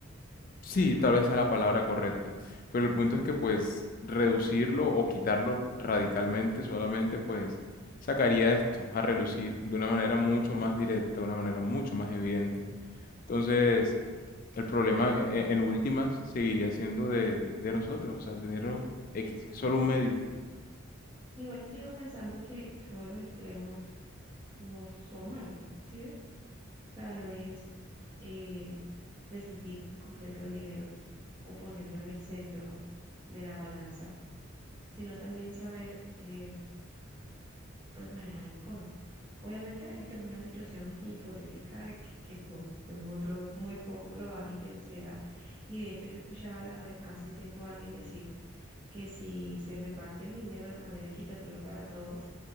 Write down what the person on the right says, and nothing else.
Mm.
Igual yo sigo pensando que todos los extremos no son malos, ¿sí ves? O sea, no es eh, prescindir por completo del dinero o ponerlo en el centro de la balanza, sino también saber eh, puedes manejar las cosas. Obviamente, esto es una situación <laughs> hipotética que, que co- es muy, prob- muy poco probable que suceda. Y de hecho, yo escuchaba la ve- hace un tiempo a alguien decir que si se reparte el dinero de manera equitativa para todos,